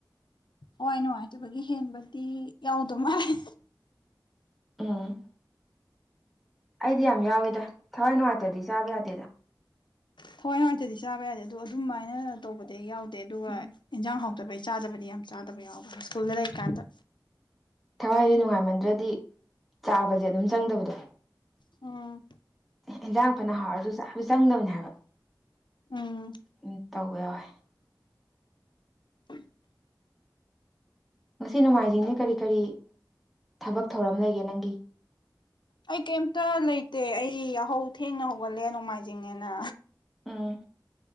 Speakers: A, on the left; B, in the centre.
A: ꯍꯋꯥꯏ ꯅꯨꯡꯉꯥꯏꯇꯕꯒꯤ ꯍꯦꯟꯕꯗꯤ ꯌꯥꯎꯗꯧ ꯃꯥꯜꯂꯦ
B: ꯑꯥ ꯑꯩꯗꯤ ꯌꯥꯝ ꯌꯥꯎꯋꯤꯗ ꯊꯋꯥꯏ ꯅꯨꯡꯉꯥꯏꯇ꯭ꯔꯗꯤ ꯆꯥꯕ ꯌꯥꯗꯦꯗ
A: ꯊꯋꯥꯏ ꯅꯨꯡꯉꯥꯏꯇꯗꯤ ꯆꯥꯕ ꯌꯥꯗꯦ ꯑꯗꯨꯗꯣ ꯑꯗꯨꯃꯥꯏꯅ ꯇꯧꯕꯗꯤ ꯌꯥꯎꯗꯦ ꯑꯗꯨꯒ
B: ꯎꯝ
A: ꯏꯟꯖꯥꯡ ꯍꯥꯎ ꯐꯇꯕꯩ ꯆꯥꯗꯕꯗꯤ ꯌꯥꯝ ꯆꯥꯗꯕ ꯌꯥꯎꯕ ꯍꯥꯏ ꯁ꯭ꯀꯨꯜꯗ ꯂꯩꯔꯤꯀꯥꯟꯗ
B: ꯊꯋꯥꯏꯁꯦ ꯅꯨꯡꯉꯥꯏꯃꯟꯗ꯭ꯔꯗꯤ ꯆꯥꯕꯁꯦ ꯑꯗꯨꯝ ꯆꯪꯗꯕꯗꯣ
A: ꯎꯝ
B: ꯏꯟꯖꯥꯡ ꯐꯅ ꯍꯥꯎꯔꯁꯨ ꯆꯥꯕ ꯆꯪꯗꯕꯅꯤ ꯍꯥꯏꯕ
A: ꯎꯝ
B: ꯎ ꯇꯧꯕ ꯌꯥꯎꯋꯦ
A: ꯍ
B: ꯉꯁꯤ ꯅꯣꯡꯃꯥꯏꯖꯤꯡꯁ ꯀꯔꯤ ꯀꯔꯤ ꯊꯕꯛ ꯊꯧꯔꯝ ꯂꯩꯒꯦ ꯅꯪꯒꯤ
A: ꯑꯩ ꯀꯩꯝꯇ ꯂꯩꯇꯦ ꯑꯩ ꯌꯥꯍꯧ ꯊꯦꯡꯅ ꯍꯧꯒꯠꯂꯦ ꯅꯣꯡꯃꯥꯏꯖꯤꯡꯅꯦꯅ
B: ꯑꯥ